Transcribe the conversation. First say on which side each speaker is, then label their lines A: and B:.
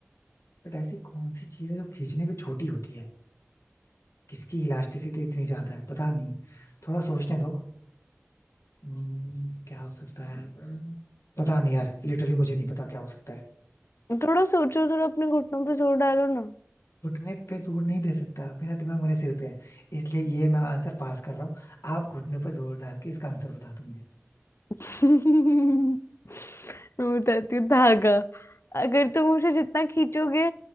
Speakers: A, on the left; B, on the left.
A: बट ऐसी कौन सी चीज है जो खींचने पे छोटी होती है किसकी इलास्टिसिटी इतनी ज्यादा है पता नहीं थोड़ा सोचने दो हम्म, क्या हो सकता है पता नहीं यार लिटरली मुझे नहीं पता क्या हो सकता है
B: थोड़ा सोचो थोड़ा अपने घुटनों पे जोर डालो ना
A: घुटने पे जोर नहीं दे सकता मेरा दिमाग मेरे सिर पे है इसलिए ये मैं आंसर पास कर रहा हूँ आप घुटने पर जोर डाल के इसका आंसर बता दो मुझे
B: <laughs> मैं बताती हूँ धागा अगर तुम उसे जितना खींचोगे